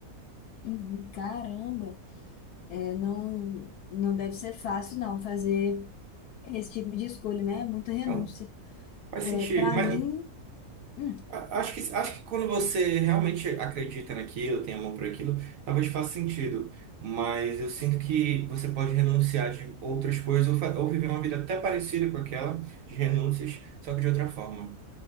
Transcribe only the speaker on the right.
Então, faz
sentido,
mas
a- acho que, acho que quando você realmente acredita naquilo, tem amor por aquilo, talvez faça sentido. Mas eu sinto que você pode renunciar de outras coisas ou, fa- ou viver uma vida até parecida com aquela, de renúncias, só que de outra forma.